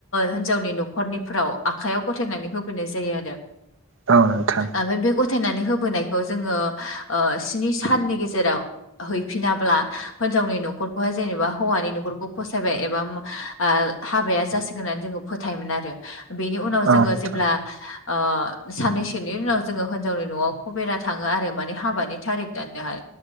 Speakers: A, on the left; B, on the right.
A: हिनजावनि न'खर हरनिफ्राव आखाइयाव गथायनानै होबोनाय जायो आरो
B: औ नोंथां
A: ओमफ्राय बे गथायनानै होबोनायखौ जोङो स्नि साननि गेजेराव हैफिनाब्ला हिनजावनि न'खरखौहाय जेनेबा हौवानि न'खरखौ फसायबाय एबा ओ हाबाया जासिगोन होननानै जोङो फोथायोमोन आरो बेनि उनाव जोङो
B: औ नोंथां
A: जे ओ साननैसोनि उनाव जोङो हिनजावनि न'आव खबेरा थांङो आरो माने हाबानि थारिख दानोहाय